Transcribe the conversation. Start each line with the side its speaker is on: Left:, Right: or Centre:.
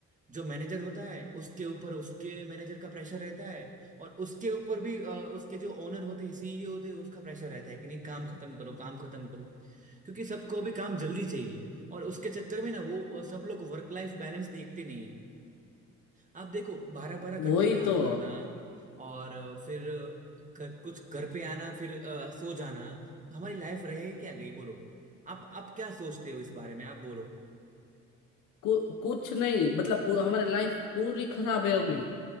Right: जो मैनेजर होता है उसके ऊपर उसके मैनेजर का प्रेशर रहता है और उसके ऊपर भी अ, उसके जो ओनर होते हैं सीईओ होते हैं उसका प्रेशर रहता है कि नहीं काम खत्म करो काम खत्म करो क्योंकि सबको अभी काम जल्दी चाहिए और उसके चक्कर में ना वो अ, सब लोग वर्क लाइफ बैलेंस देखते नहीं है आप देखो बारह बारह घंटे
Left: वही
Right: काम
Left: तो
Right: करना और अ, फिर अ, घ- कुछ घर पे आना फिर अ, सो जाना हमारी लाइफ रहे क्या गई बोलो आप आप क्या सोचते हो इस बारे में आप बोलो
Left: कु, कुछ नहीं मतलब पूरा हमारी लाइफ पूरी खराब है अभी